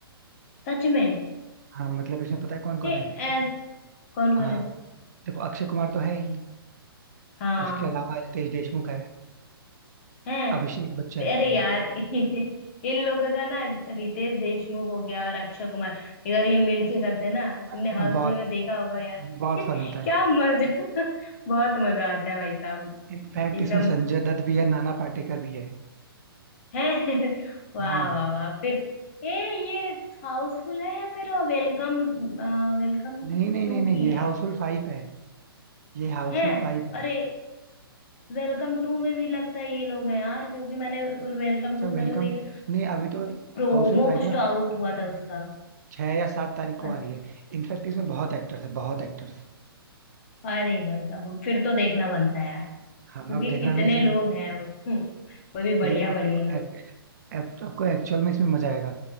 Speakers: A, on the left; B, on the right.
A: सच में
B: हाँ मतलब इसमें पता है कौन कौन
A: ये
B: है
A: ऐस कौन कौन
B: हाँ
A: है
B: देखो अक्षय कुमार तो है ही
A: हाँ
B: उसके अलावा रितेश देशमुख है
A: है
B: अभिषेक बच्चन है
A: अरे यार <laughs> इन लोगों का ना रितेश देशमुख हो गया और अक्षय कुमार यार ये मिलके करते ना तुमने
B: हाँ,
A: हाउसफुल
B: बहुत
A: में देखा होगा यार
B: बहुत
A: <laughs>
B: फन होता
A: क्या
B: है
A: मजा <laughs> बहुत मजा आता है भाई साहब
B: इनफैक्ट
A: एकदम
B: इसमें संजय दत्त भी है नाना पाटेकर भी है
A: है <laughs> वाह
B: हाँ
A: वाह वाह फिर ये ये हाउसफुल है या फिर वेलकम वेलकम
B: नहीं नहीं
A: टू
B: नहीं नहीं
A: की
B: ये
A: है
B: हाउसफुल फाइव है ये हाउसफुल
A: है
B: फाइव है
A: अरे वेलकम टू में भी लगता है ये लोग हैं यार क्योंकि मैंने वेलकम
B: अच्छा
A: टू का
B: वेलकम
A: जो एक
B: नहीं अभी तो
A: प्रोमो
B: हाउसफुल फाइव
A: कुछ
B: ना
A: तो आउट हुआ था उसका
B: छह या सात तारीख
A: अ-
B: को आ रही है इनफैक्ट इसमें बहुत एक्टर्स है बहुत एक्टर्स
A: अरे भाई अब फिर तो देखना बनता है यार क्योंकि
B: हाँ आप देख रहे
A: इतने
B: ना इसमें
A: लोग हैं हम्म, वो भी
B: ये
A: बढ़िया बढ़िया
B: आपको
A: लोग
B: एक- आपको एक्चुअल में इसमें मजा आएगा